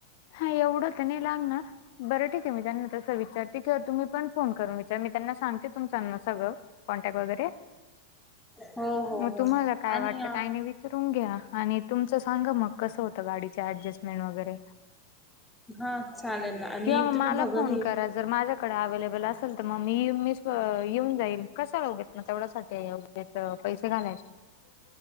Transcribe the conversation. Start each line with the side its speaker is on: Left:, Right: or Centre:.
Left: हा एवढं तर नाही लागणार बरं ठीक आहे मी जाणार तस विचार ठीक आहे तुम्ही पण फोन करून विचार मी त्यांना सांगते तुमच्याना सगळं कॉन्टॅक्ट वगैरे
Centre: हो हो
Left: म
Centre: हो
Left: तुम्हाला काय
Centre: आणि
Left: वाटत काही नाही विचारून घ्या आणि तुमचं सांगा मग कस होतं गाडी ऍडजस्टमेंट वगैरे
Centre: हा चालेल ना आणि
Left: किंवा म
Centre: तुम्ही
Left: मला
Centre: भगर
Left: फोन
Centre: हे
Left: करा जर माझ्याकडे अववेलेबल अस ल मग मी मी येऊन जाईल कस होोगेत नाग तेवढ्यासाठी ये त्यात पैसे घालायचे